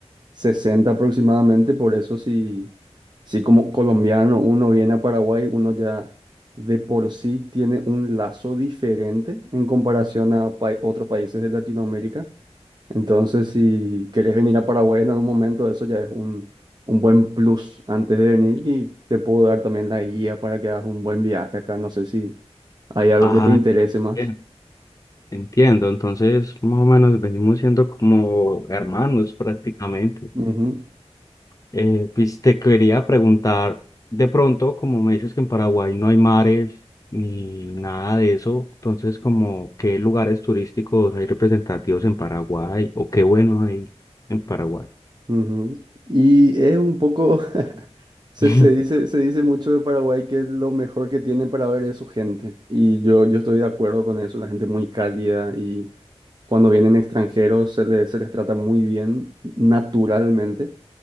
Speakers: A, on the right; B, on the left.
A: sesenta aproximadamente. Por eso si, si como colombiano uno viene a Paraguay, uno ya de por sí tiene un lazo diferente en comparación a pa- otros países de Latinoamérica. Entonces, si querés venir a Paraguay en algún momento, eso ya es un, un buen plus antes de venir y te puedo dar también la guía para que hagas un buen viaje acá. No sé si hay algo
B: Ah,
A: que te interese más.
B: bien, entiendo. Entonces, más o menos venimos siendo como hermanos prácticamente.
A: Ujú,
B: Eh, pues te quería preguntar, de pronto, como me dices que en Paraguay no hay mares ni nada de eso, entonces, como qué lugares turísticos hay representativos en Paraguay o qué bueno hay en Paraguay.
A: ujú. Y es un poco, <laughs> se,
B: <laughs>
A: se dice, se dice mucho de Paraguay que lo mejor que tiene para ver es su gente. Y yo, yo estoy de acuerdo con eso, la gente es muy cálida y cuando vienen extranjeros se les, se les trata muy bien naturalmente.